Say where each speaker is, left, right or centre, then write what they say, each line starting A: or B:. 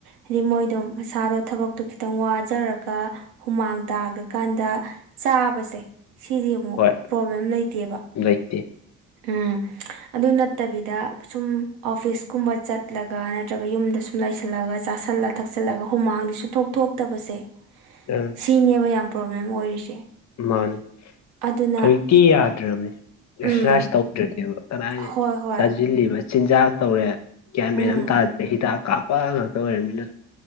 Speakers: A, on the right; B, on the left.
A: ꯍꯥꯏꯗꯤ ꯃꯣꯏꯗꯣ ꯃꯁꯥꯗꯣ ꯊꯕꯛꯇꯣ ꯈꯤꯇꯪ ꯋꯥ ꯊꯖꯔꯒ ꯍꯨꯃꯥꯡ ꯇꯥꯒ꯭ꯔꯀꯥꯟꯗ ꯆꯥꯕꯖꯦ ꯁꯤꯗꯤ ꯑꯃꯨꯛ
B: ꯍꯣꯏ
A: ꯄ꯭ꯔꯣꯕ꯭ꯂꯦꯝ ꯂꯩꯇꯦꯕ
B: ꯂꯩꯇꯦ
A: ꯎꯝ ꯑꯗꯨ ꯅꯠꯇꯕꯤꯗ ꯁꯨꯝ ꯑꯣꯐꯤꯁꯀꯨꯝꯕ ꯆꯠꯂꯒ ꯅꯠꯇ꯭ꯔꯒ ꯌꯨꯝꯗ ꯁꯨꯝ ꯂꯩꯁꯜꯂꯒ ꯆꯥꯥꯁꯜꯂ ꯊꯛꯆꯜꯂꯒ ꯍꯨꯃꯥꯡꯗꯤ ꯁꯨꯊꯣꯛ ꯊꯣꯛꯇꯕꯁꯦ
B: <unintelligible>
A: ꯁꯤꯅꯦꯕ ꯌꯥꯝ ꯄ꯭ꯔꯣꯕ꯭ꯂꯦꯝ ꯑꯣꯏꯔꯤꯁꯦ
B: ꯃꯥꯅꯦ
A: ꯑꯗꯨꯅ
B: ꯍꯧꯖꯤꯛꯇꯤ ꯌꯥꯗ꯭ꯔꯕꯅꯤ ꯑꯦꯛꯁꯔꯁꯥꯏꯁ
A: ꯎꯝ
B: ꯇꯧ ꯗ꯭ꯔꯗꯤꯕ ꯀꯗꯥꯏ
A: ꯍꯣꯏ ꯍꯣꯏ
B: ꯆꯥꯖꯤꯜꯂꯤꯕ ꯆꯤꯟꯖꯥꯛ ꯇꯧꯔꯦ ꯒ꯭ꯌꯥꯟ ꯃꯦꯟ
A: ꯎꯝ
B: ꯑꯝ ꯇꯥꯗꯦ ꯍꯤꯗꯥꯛ ꯀꯥꯄꯄꯥ ꯉꯇ ꯑꯣꯏꯔꯃꯤꯅ